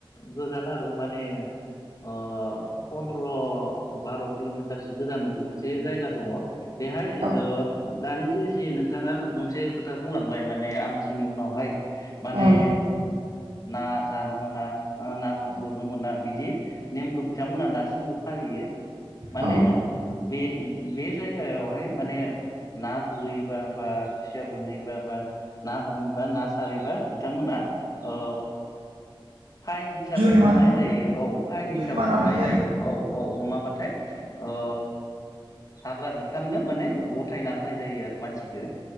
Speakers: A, on the left (about 40°); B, on the right (about 80°).
A: गोजान आरो माने अ पनद्र' बार' किल'मिटारसो गोजान मोनसे जायगा दङ' बेहाय
B: औ
A: ओ दानि जे जि नोंथाङा मोनसे खोथा बुंलांबाय माने आमथिनि उनावहाय माने
B: औ
A: ना जानो मोना ओ नाखो
B: औ
A: गुरनो मोना बिदि नेमखौ बिथांमोना दासिमबो फालियो माने
B: औ
A: बे बे जायगायावहाय माने ना गुरहैबा बा खुसिया बोनहैबा बा ना हमहैबा ना सारहैबा बिथांमोना ओ फाइन हिसाबै
B: जुरिमाना
A: हमनाय जायो औ फाइन
B: जुरिमाना
A: हिसाबै हमनाय
B: लायो
A: जायो
B: आरो
A: औ औ नङाबाथाय ओ हाग्रा बिफाननो माने गथायना होनाय जायो आरो मानसिखो